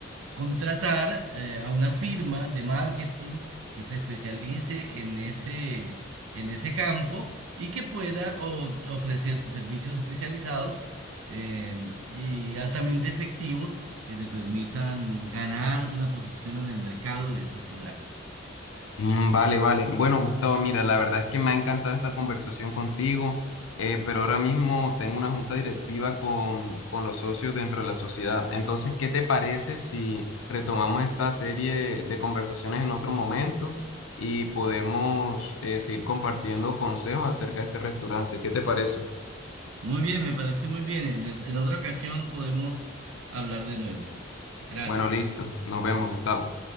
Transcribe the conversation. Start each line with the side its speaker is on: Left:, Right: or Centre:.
Right: contratar eh, a una firma de marketing que se especialice en ese, en ese campo y que pueda o- ofrecerte servicios especializados eh, y altamente efectivos que te permitan ganar una posición en el mercado de esa ciudad.
Left: Mm, Vale, vale. Bueno, Gustavo, mira, la verdad es que me ha encantado esta conversación contigo, eh, pero ahora mismo tengo una junta directiva con, con los socios dentro de la sociedad. Entonces, ¿qué te parece si retomamos esta serie de conversaciones en otro momento y podemos eh, seguir compartiendo consejos acerca de este restaurante? ¿Qué te parece?
Right: Muy bien, me parece muy bien. En, en otra ocasión podemos hablar de nuevo. Gracias.
Left: Bueno, listo. Nos vemos, Gustavo.